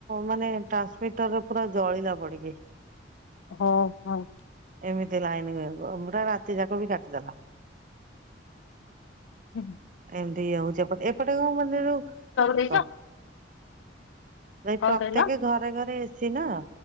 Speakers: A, on the right; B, on the left.
A: ମାନେ ଟ୍ରାନ୍ସମିଟରରେ ପୁରା ଜଳିଲା ପଡିକି।
B: ହଉ ହଉ।
A: ଏମିତି ଲାଇନ ପୁରା ରାତି ଯାକ ବି କାଟିଦେଲା।
B: ହୁଁ
A: ଏମିତି ଇଏ ହଉଛି ଏପଟ ଏପଟେ କଣ ମାନେ ଯୋଉ
B: ଦେଇଛ
A: ଭାଇ
B: କଣ
A: ପ୍ରତ୍ୟେକ
B: କହିଲ?
A: ଘରେ ଘରେ ଏସି ନା